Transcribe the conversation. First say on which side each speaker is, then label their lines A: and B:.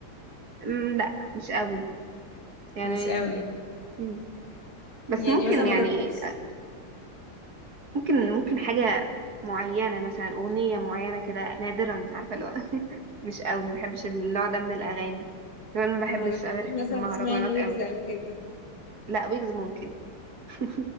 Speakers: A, on the right (about 45°); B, on the left (about 60°).
A: أمم، لا مش قوي يعني
B: مش قوي
A: مم. بس
B: يعني
A: ممكن
B: مثلا ما
A: يعني
B: جربتيش
A: ممكن ممكن حاجة معينة مثلا أغنية معينة كده نادرا عارفة اللي هو <laughs> مش قوي ما بحبش النوع ده من الأغاني كمان ما بحبش
B: ما جربتيش
A: أغاني
B: مثلا
A: المهرجانات
B: تسمعي الويجز
A: قوي
B: او كده
A: لا ويجز ممكن <laughs>